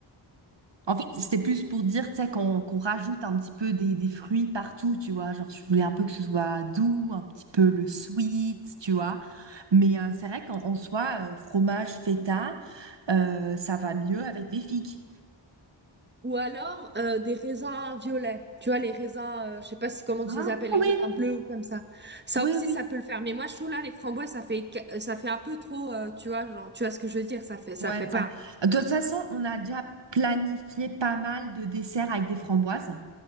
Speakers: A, on the right (about 65°); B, on the right (about 20°).
A: En fait, c'était plus pour dire, tu sais, qu'on qu'on rajoute un petit peu des, des fruits partout, tu vois. Genre, je voulais un peu que ce soit doux, un petit peu le sweet, tu vois. Mais euh, c'est vrai qu'en en soi, euh, fromage, feta, euh, ça va mieux avec des figues.
B: ou alors euh, des raisins violets. Tu vois, les raisins, euh, je sais pas si comment
A: Ah,
B: tu les appelles, les
A: oui,
B: raisins bleus ou comme ça. Ça
A: oui,
B: aussi,
A: oui, oui.
B: ça peut le faire. Mais moi, je trouve là, les framboises, ça fait, ca- ça fait un peu trop, euh, tu vois, genre, tu vois ce que je veux dire, ça fait, ça
A: Ouais,
B: le fait pas.
A: ça. De toute façon, on a déjà planifié pas mal de desserts avec des framboises.